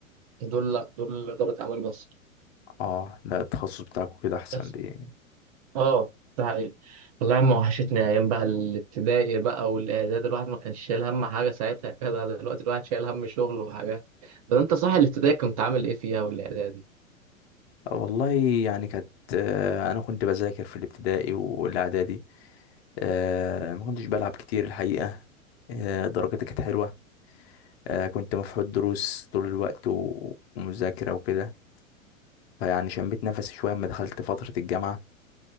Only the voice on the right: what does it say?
دول لأ دول إدارة أعمال بس
بس
آه ده حقيقي والله يا عم وحشتني أيام بقى الابتدائي بقى والإعداد الواحد ما كانش شايل هم حاجة ساعتها كده دلوقتي الواحد شايل هم شغل وحاجات طب أنت صح الابتدائي كنت عامل إيه فيها والإعدادي؟